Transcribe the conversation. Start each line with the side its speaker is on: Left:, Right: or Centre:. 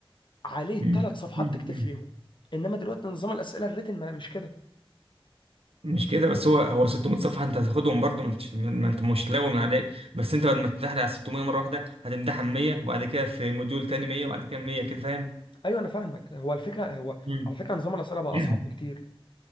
Left: عليه
Right: مم.
Left: ثلاث صفحات
Right: مم.
Left: تكتب فيهم انما دلوقتي نظام الاسئله الريتن ما- مش كده
Right: مش كده بس هو هو 600 صفحة أنت هتاخدهم برضه ما أنتش ما أنت مش لاوي من عليك بس أنت بعد ما تمتحن على 600 مرة واحدة هتمتحن 100 وبعد كده في موديول تاني 100 وبعد كده 100 كده فاهم؟
Left: ايوه انا فاهمك هو الفكره هو
Right: مم.
Left: على فكره نظام الاسئله بقى اصعب
Right: <clears throat>
Left: بكتير